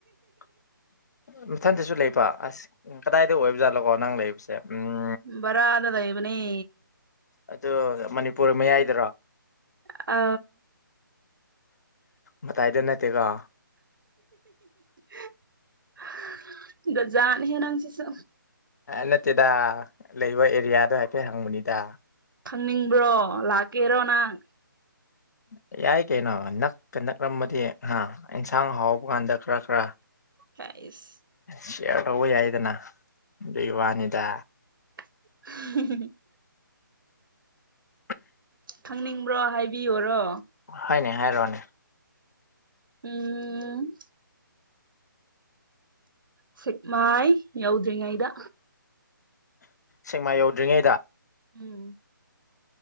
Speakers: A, on the left; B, on the right.
A: <inaudible> ꯏꯊꯟꯗꯁꯨ ꯂꯩꯕ ꯑꯁ ꯀꯗꯥꯏꯗ ꯑꯣꯏꯕ ꯖꯥꯠꯂꯣꯀꯣ ꯅꯪ ꯂꯩꯕꯁꯦ ꯎꯝ
B: ꯕꯔ ꯑꯗꯗ ꯏꯕꯅꯤ
A: ꯑ ꯃꯅꯤꯄꯨꯔ ꯃꯌꯥꯏꯗꯔꯣ
B: ꯑ
A: ꯃꯥꯏꯗ ꯅꯠꯇꯦꯒ
B: <inaudible> ꯒꯖꯅꯦ ꯍ ꯅꯪꯁꯤꯁꯨ
A: ꯅꯠꯇꯦꯗ ꯂꯩꯕ ꯑꯦꯔꯤꯌꯥꯗꯣ ꯍꯥꯏꯐꯦꯠ ꯍꯪꯕꯅꯤꯗ
B: ꯈꯪꯅꯤꯡꯕ꯭ꯔꯣ ꯂꯥꯛꯀꯦꯔꯣ ꯅꯍꯪ
A: <inaudible> ꯌꯥꯏ ꯀꯩꯅꯣ ꯅꯛꯀ ꯅꯛꯂꯝꯃꯗꯤ ꯍꯥ ꯑꯦꯟꯁꯥꯡ ꯍꯥꯎꯕ ꯀꯥꯟꯗ ꯈꯔ ꯈꯔ
B: ꯐꯁ
A: ꯁꯤꯌꯥꯔ ꯇꯧꯕ ꯌꯥꯏꯗꯅ ꯑꯗꯨꯒꯤ ꯋꯥꯅꯤꯗ
B: <unintelligible>
A: ꯫
B: ꯈꯪꯅꯤꯡꯕ꯭ꯔꯣ ꯍꯥꯏꯕꯤꯌꯣꯔꯣ꯫
A: ꯍꯥꯏꯅꯦ ꯍꯥꯏꯔꯣꯅꯦ
B: ꯎꯝ꯫ ꯁꯤ ꯃꯥꯏ ꯌꯎꯗ꯭ꯔꯤ ꯉꯥꯏꯗ꯫
A: ꯁꯦꯡꯃꯥ ꯌꯧꯗ꯭ꯔꯤꯉꯩꯗ꯫
B: ꯎꯝ